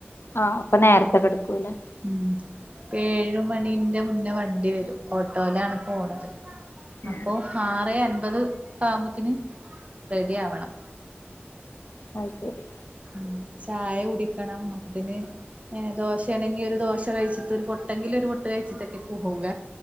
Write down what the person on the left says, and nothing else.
ആ അപ്പം നേരത്തെ കെടുക്കൂല്ലേ
ഉം
ആ ശെരി